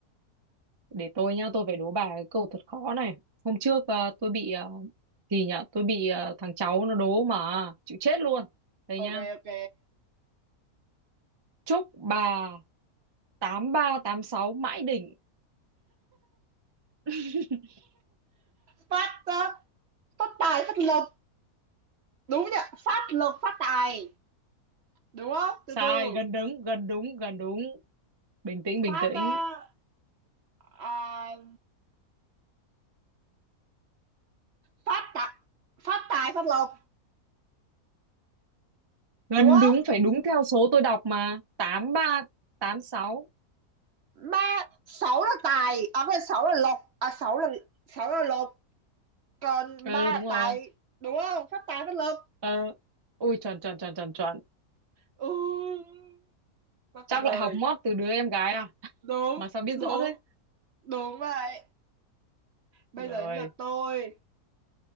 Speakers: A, on the right; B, on the right.
A: để tôi nhá tôi phải đố bà cái câu thật khó này hôm trước ờ, tôi bị ờ, gì nhở tôi bị ờ, thằng cháu nó đố mà chịu chết luôn đây nhá
B: ok ok
A: chúc bà tám ba tám sáu mãi đỉnh <laughs>
B: phát ờ, phát tài phát lộc đúng nhỉ phát lộc phát tài đúng không từ
A: sai
B: từ
A: gần đúng gần đúng gần đúng bình tĩnh bình
B: phát
A: tĩnh
B: ờ, à, phát tài phát tài phát lộc
A: gần
B: đúng không
A: đúng phải đúng theo số tôi đọc mà tám ba tám sáu
B: ba sáu là tài à phải sáu là lộc à sáu là sáu là lộc còn
A: ừ
B: ba
A: đúng
B: là
A: rồi
B: tài đúng không phát tài phát lộc
A: ờ ui chuẩn chuẩn chuẩn chuẩn chuẩn
B: ừ, quá
A: chắc
B: tuyệt vời
A: lại học mót từ đứa em gái à
B: đúng
A: mà sao biết
B: đúng
A: rõ thế
B: đúng vậy bây
A: rồi
B: giờ đến lượt tôi